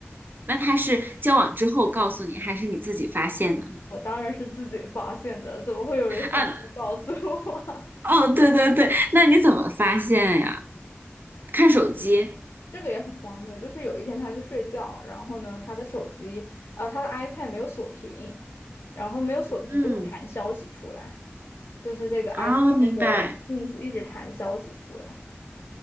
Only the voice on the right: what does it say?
那他是交往之后告诉你，还是你自己发现的？
啊，
哦，对对对，那你怎么发现呀？看手机。
嗯，
啊，
明白。